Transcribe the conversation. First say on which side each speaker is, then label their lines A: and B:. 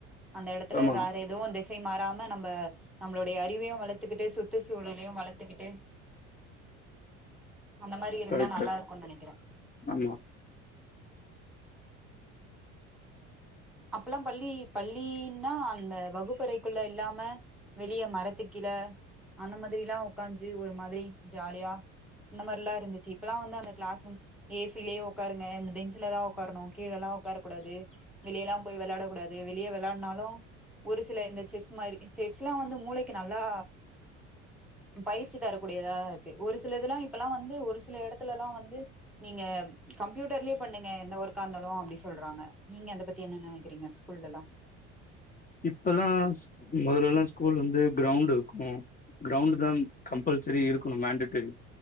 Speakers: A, in the centre; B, on the left (about 25°).
A: அந்த இடத்துல
B: ஆமா
A: வேற எதுவு திசை மாறாம நம்ம நம்மளுடைய அறிவியு வளத்துக்கிட்டு சுற்றுச்சூழலயு வளத்துக்கிட்டு அந்த மாரி இருந்தா
B: கரெக்ட்டு
A: நல்லா இருக்குன் நெனைக்கிறே
B: ஆமா
A: அப்பலா பள்ளி பள்ளின்னா அந்த வகுப்பறைக்குள்ள இல்லாம வெளிய மரத்துக்கீழ அந்த மாதிரில்லா உக்காஞ்சு ஒரு மாதிரி ஜாலியா இந்த மாரிலா இருந்துச்சு இப்பெல்லா வந்தந்த க்ளாஸ் ரூம் ஏசிலியே உக்காருங்க இந்த பெஞ்சுலதா உக்காரணு கீழெல்லா உக்காரக்கூடாது வெளியல்லா போய் விளாடக்கூடாது வெளியே விளானாலு ஒரு சில இந்த செஸ் மாரி செஸ்லா வந்து மூளைக்கு நல்லா பயிற்சி தரக்கூடியதா இருக்கு ஒரு சில இதுலா இப்பெல்லா வந்து ஒரு சில எடத்துலலா வந்து நீங்க கம்ப்யூட்டர்லயே பண்ணுங்க எந்த ஒர்க்கா இந்தாலு அப்டி சொல்றாங்க நீங்க அத பத்த என்ன நெனைக்கிறீங்க ஸ்கூல்லெல்லா
B: இப்பல்லா மொதலெல்லா ஸ்கூல் வந்து க்ரௌண்டிருக்கு க்ரௌண்டுதா கம்பல்சரி இருக்கணு மேண்டேட்டரி